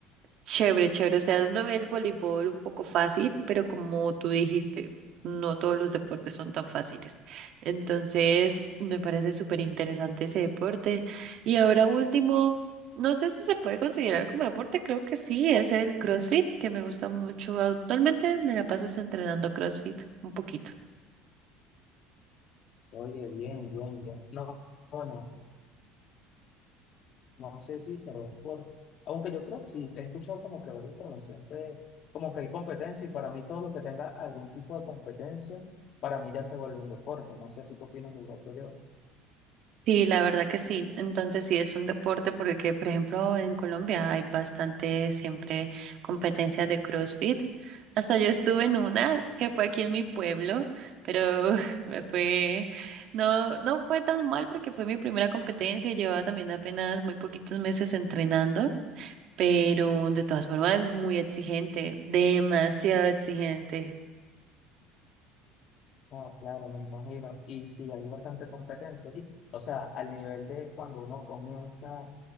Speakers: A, on the right (about 60°); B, on the left (about 55°).
A: chévere, chévere, o sea, uno ve el voleibol un poco fácil, pero como tú dijiste, no todos los deportes son tan fáciles. Entonces, me parece súper interesante ese deporte. Y ahora último, no sé si se puede considerar como deporte, creo que sí, es el CrossFit, que me gusta mucho. Actualmente me la paso es entrenando CrossFit un poquito.
B: Oye, bien, bien, bien. No, bueno, no sé si se lo por, aunque yo creo que sí, he escuchado como que varias información, que como que hay competencia y para mí todo lo que tenga algún tipo de competencia, para mí ya se vuelve un deporte. No sé si tú opinas igual que yo.
A: Sí, la verdad que sí. Entonces sí es un deporte porque, por ejemplo, en Colombia hay bastante siempre competencias de CrossFit. Hasta yo estuve en una que fue aquí en mi pueblo, pero <laughs> me fue, no, no fue tan mal porque fue mi primera competencia. Llevaba también apenas muy poquitos meses entrenando, pero de todas formas es muy exigente, demasiado exigente.
B: Ah, claro, me imagino. Y sí, hay bastante competencia allí. O sea, al nivel de cuando uno comienza